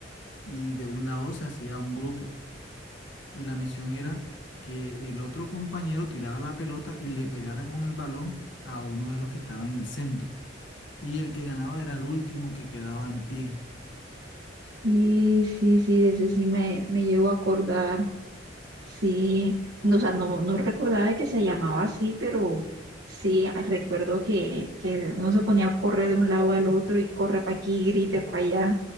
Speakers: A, on the left; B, on the right.
A: y de un lado se hacía un grupo. Y la misión era que el otro compañero tirara la pelota y le pegara con el balón a uno de los que estaba en el centro. y el que ganaba era el último que quedaba en pie.
B: Sí, sí, sí, de ese sí me, me llevo a acordar. Sí, no, o sea, no, no recordaba de que se llamaba así, pero sí ah, recuerdo que, que uno se ponía a correr de un lado al otro y corre para aquí, grite para allá,